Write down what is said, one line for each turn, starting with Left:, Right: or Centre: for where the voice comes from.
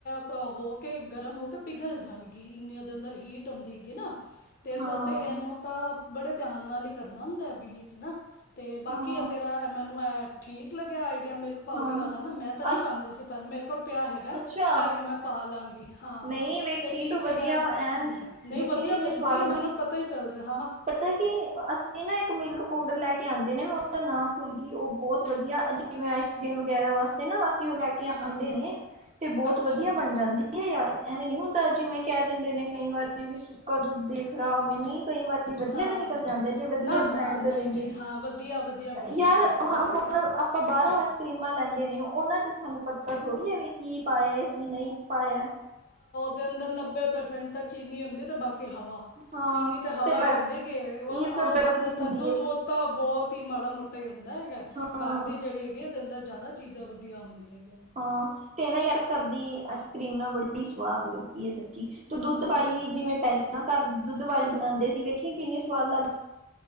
Left: ਤਾਂ ਹੋ ਕੇ ਗਰਮ ਹੋ ਕੇ ਪਿਘਲ ਜਾਏਗੀ ਇੰਨੀ ਓਦੇ ਅੰਦਰ ਹੀਟ ਹੁੰਦੀ ਹੈਗੀ ਨਾ ਤੇ ਇਸ
Right: ਹਾਂ
Left: ਵਾਸਤੇ ਏਨੂੰ ਤਾਂ ਬੜੇ ਧਿਆਨ ਨਾਲ ਹੀ ਕਰਨਾ ਹੁੰਦਾ ਬੀਟ ਨਾ ਤੇ ਬਾਕੀ
Right: ਹਾਂ
Left: ਆ ਤੇਰਾ ਮੈਨੂੰ ਐ ਠੀਕ ਲੱਗਿਆ ਆਈ ਮਿਲਕ ਪਾਊਡਰ
Right: ਹਾਂ
Left: ਆਲਾ ਨਾ ਮੈਂ ਤਾਂ ਨੀ
Right: ਅ
Left: ਪਾਂਦੀ ਸੀ ਪਰ ਮੇਰੇ ਕੋਲ ਪਿਆ ਹੈਗਾ
Right: ਅੱਛਾ
Left: ਐ ਵੀ ਮੈਂ ਪਾ ਲਾਂਗੀ। ਹਾਂ
Right: ਨਹੀਂ ਵੇਖੀ
Left: ਤੇ ਠੀਕ
Right: ਤੂੰ ਵਧੀਆ
Left: ਹੈਗਾ
Right: ਐਨ
Left: ਹੂੰ ਨਈ
Right: ਦੇਖੀ
Left: ਵਧੀਆ
Right: ਕਿੰਨੀ
Left: ਬਣੇਗੀ
Right: ਸਵਾਦ
Left: ਮੈਨੂੰ ਪਤਾ ਈ ਚੱਲ ਰਿਆ।
Right: ਪਤਾ ਕਿ ਅਸੀਂ ਨਾ ਇੱਕ ਮਿਲਕ ਪੋਡਰ ਲੈ ਕੇ ਆਂਦੇ ਨੇ ਓਦਾ ਨਾਮ ਭੁੱਲ ਗੀ ਓ ਬੋਤ ਵਦੀਆ ਜਿਵੇਂ ਆਈਸ ਕਰ੍ਰੀਮ ਵਗੈਰਾ ਵਾਸਤੇ ਨਾ ਅਸ ਕੀ ਓ ਲੈ ਕੇ
Left: ਹਾਂ
Right: ਆਂਦੇ ਨੇ ਤੇ ਬੋਤ
Left: ਅੱਛਾ
Right: ਵਧੀਆ ਬਣ ਜਾਂਦੀ ਐ ਯਾਰ ਐਵੇਂ ਨੀ ਹੁੰਦਾ ਜਿਵੇਂ ਕੈ ਦਿੰਦੇ ਨੇ ਕਈ ਵਾਰੀ ਵੀ ਸੁੱਕਾ ਦੁੱਧ ਖਰਾਬ ਈ ਨਈ ਕਈ ਵਾਰੀ ਵਧੀਆ
Left: ਹਾਂ,
Right: ਵੀ ਨਿਕਲ ਜਾਂਦਾ ਜੇ ਵਧੀਆ
Left: ਨਾ-ਨਾ,
Right: ਬ੍ਰਾਂਡ
Left: ਨਈ-ਨਈ
Right: ਦਾ ਲਈਏ
Left: ਹਾਂ ਵਦੀਆ-ਵਦੀਆ ਬਣਦੀ
Right: ਯਾਰ
Left: ਹੈਗੀ
Right: ਹ-
Left: ਉਹਦੇ ਨਾਲ
Right: ਹੁਣ
Left: ਨਾ।
Right: ਆਪਾਂ ਬਾਹਰੋਂ
Left: ਹਾਂ
Right: ਆਈਸਕ੍ਰੀਮਾਂ ਲੈਂਦੇ ਨੇ ਉਹਨਾਂ ਚ ਸਾਨੂੰ ਪਤਾ ਥੋੜ੍ਹੀ ਏ ਵੀ ਕੀ ਪਾਇਆ ਕੀ ਨਹੀਂ ਪਾਇਆ?
Left: ਦੇ ਅੰਦਰ ਨੱਬੇ ਪ੍ਰਸੈਂਟ ਤਾਂ ਚੀਨੀ ਹੁੰਦੀ ਤੇ ਬਾਕੀ ਕੇ ਹਵਾ
Right: ਹਾਂ
Left: ਚੀਨੀ ਤੇ ਹਵਾ
Right: ਬਰਫ਼
Left: ਹੀ ਹੁੰਦੀ ਗੇ ਉਹਦੇ
Right: ਇਹ ਫਿਰ ਬਰਫ਼
Left: ਅੰਦਰ
Right: ਹੁੰਦੀ
Left: ਤਾਂ ਦੁੱਧ
Right: ਹੈ
Left: ਬੁੱ ਤਾਂ ਬਹੁਤ ਮਾੜਾ ਮੋਟਾ ਹੀ ਹੁੰਦਾ ਹੈਗਾ
Right: ਹਾਂ
Left: ਘਰ ਦੀ ਜਿਹੜੀ ਹੈਗੀ ਆ ਉਹਦੇ ਅੰਦਰ ਜ਼ਿਆਦਾ ਚੀਜ਼ਾਂ ਵਧੀਆ ਹੁੰਦੀ ਏ
Right: ਹਾਂ ਤੇ ਨਾ ਯਾਰ ਘਰਦੀ ਆਈਸਕ੍ਰੀਮ ਨਾਲ ਬੜੀ ਸਵਾਦ ਲੱਗਦੀ। ਸੱਚੀ ਤੇ
Left: ਹਾਂ
Right: ਦੁੱਧ
Left: ਹੂੰ
Right: ਵਾਲੀ ਵੀ ਜਿਵੇਂ ਪਹਿਲਾਂ ਘਰ ਦੁੱਧ ਵਾਲੀ ਬਣਾਉਂਦੇ ਸੀ ਵੇਖੀ ਕਿੰਨੀ ਸਵਾਦ ਲੱਗ